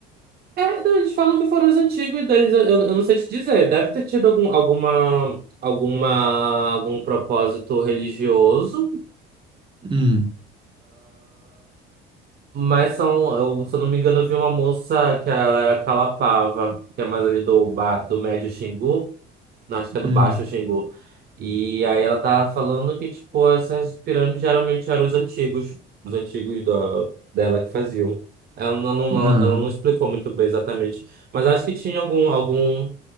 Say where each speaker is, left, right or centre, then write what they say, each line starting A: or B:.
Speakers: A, on the right; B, on the right.
A: É, não, eles falam que foram os antigos deles. Eu, eu não sei te dizer. Deve ter tido algum, alguma, alguma, algum propósito religioso.
B: Hum,
A: Mas são, eu, se eu não me engano, eu vi uma moça que ela era Calapava, que é mais ali do, ba, do médio Xingu, não, acho que é do
B: hum.
A: baixo Xingu. E aí ela tava falando que, tipo, essas pirâmides geralmente eram os antigos, os antigos da, dela que faziam. Ela não, não- não-
B: Não,
A: ela não explicou muito bem exatamente, mas acho que tinha algum, algum,